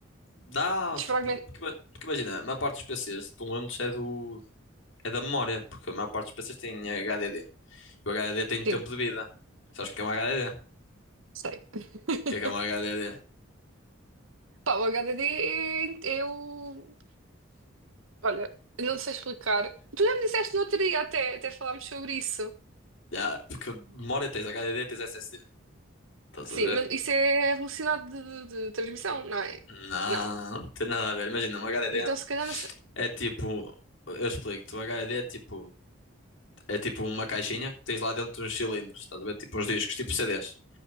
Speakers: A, on the left (about 65°); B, on the right (about 75°).
A: Não,
B: Desfragmentar.
A: tipo, porque, ima- porque imagina, a maior parte dos PCs estão lentos é do, é da memória, porque a maior parte dos PCs tem HDD. O HDD tem tempo
B: Sim,
A: de vida. Sabes o que é um HDD? O
B: sei. <laughs>
A: que é que é um HDD?
B: Pá, o HDD é, é o. Olha, não sei explicar. Tu já me disseste no outro dia, até, até falámos sobre isso.
A: Já, <laughs> porque memória tens HDD, tens SSD. Estás
B: Sim,
A: a ver?
B: mas isso é a velocidade de, de- de transmissão, não é?
A: Não,
B: Não.
A: não tem nada a ver. Imagina, um HDD
B: Então, se calhar, não sei.
A: é tipo. Eu explico-te. Um HDD é tipo. É tipo uma caixinha que tens lá dentro uns cilindros. Estás a ver? Tipo uns discos, tipo CDs.